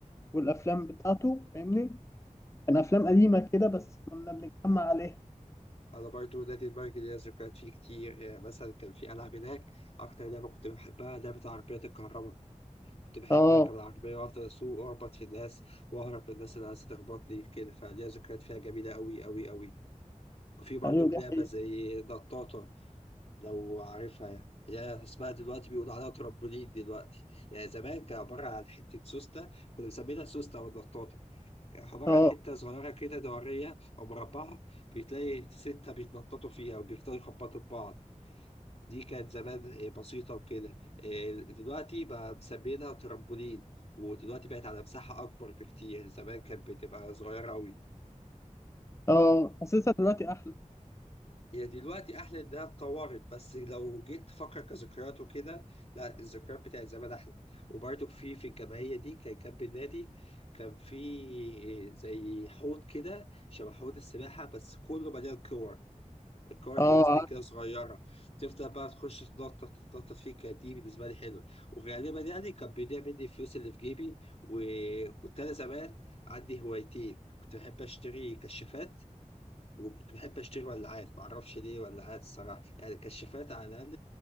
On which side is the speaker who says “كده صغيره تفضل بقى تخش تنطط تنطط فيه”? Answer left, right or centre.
Left